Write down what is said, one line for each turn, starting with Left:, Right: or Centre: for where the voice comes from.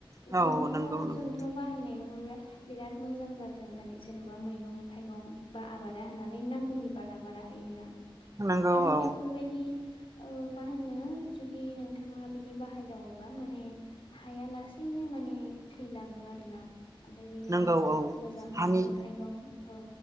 Right: औ
Left: जोंथ'
Right: नंगौ नंगौ
Left: जोंथ' बाहायनाय <unintelligible> बिराद मोजां जाथों माने जेनबा मैगं थाइगं बा आबादा होननानै नांगौनि बारा बारा होयोना
Right: नंगौ
Left: आरो
Right: औ
Left: बेफोरबायदि ओ मा होनो जुदि नोंथाङा बिदि बाहायदावोबा माने हाया लासैनो माने थैलाङो आरोना ओमफ्राय बे
Right: नंगौ
Left: हाय
Right: औ
Left: मोजां मैगं
Right: हानि
Left: थाइगं औ